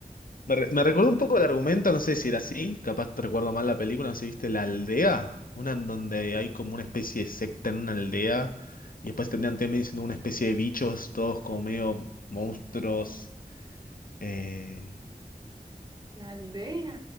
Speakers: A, on the left; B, on the right.
A: Me, re- me recordó
B: Ujú.
A: un poco el argumento, no sé si era así, capaz te recuerdo mal la película, no sé si viste La Aldea, una en donde hay como una especie de secta en una aldea y después terminan también siendo una especie de bichos, todos como medio monstruos. eh,
B: La ni idea.